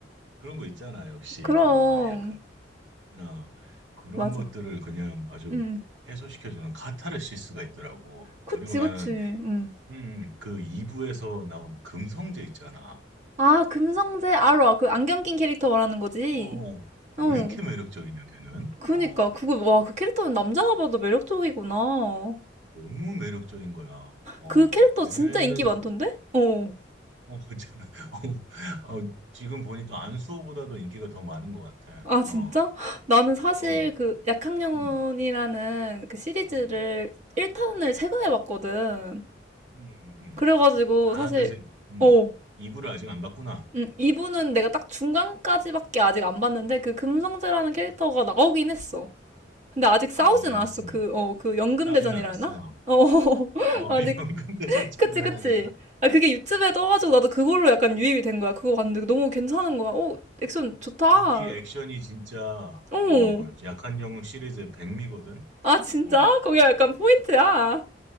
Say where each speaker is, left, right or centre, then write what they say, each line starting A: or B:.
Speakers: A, on the right; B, on the right.
A: 그런 거 있잖아. 역시
B: 그럼,
A: 그 약간 어, 그런
B: 맞아.
A: 것들을 그냥 아주
B: 응,
A: 해소시켜주는 카타르시스가 있더라고.
B: 그치,
A: 그리고 나는
B: 그치. 응.
A: 음, 음, 그 2부에서 나온 금성재 있잖아.
B: 아, 금성재 아로아 그 안경 낀 캐릭터 말하는 거지?
A: 어, 어.
B: 어,
A: 왜 이렇게 매력적이냐 걔는?
B: 그니까.
A: 어,
B: 그거, 와, 그 캐릭터는 남자가 봐도 매력적이구나. 어.
A: 너무 매력적인 거야. 어,
B: 그 캐릭터
A: 걔는
B: 진짜 인기 많던데?
A: 진-
B: 어,
A: 어, <laughs> 참, 어, 어, 지금 보니까 안수호보다도 인기가 더 많은 것 같아.
B: 아,
A: 어,
B: 진짜? 나는 사실
A: 어,
B: 그 약학영혼이라는
A: 음,
B: 그 시리즈를
A: 음,
B: 1탄을 최근에 봤거든.
A: 음, 음. 음.
B: 그래가지고
A: 아,
B: 사실,
A: 그래서 음,
B: 어,
A: 2부를 아직 안 봤구나.
B: 음, 2부는 내가 딱 중간까지밖에 아직 안 봤는데 그 금성재라는 캐릭터가
A: 어.
B: 나오긴 했어. 근데 아직
A: 아,
B: 싸우진
A: 나오긴
B: 않았어.
A: 했어.
B: 그, 어, 그 연금대전이라나?
A: 나오진 않았어.
B: 어, <laughs>
A: 어,
B: 아직,
A: <laughs> 연금대전
B: 그치,
A: 장난
B: 그치.
A: 아니야.
B: 아, 그게 유튜브에 떠가지고 나도 그걸로 약간 유입이 된 거야. 그거 봤는데 너무 괜찮은 거야. 어, 액션 좋다.
A: 무기 액션이 진짜,
B: 어.
A: 어, 약한 영웅 시리즈의 백미거든?
B: 아, 진짜?
A: 어,
B: 거기가 약간 포인트야.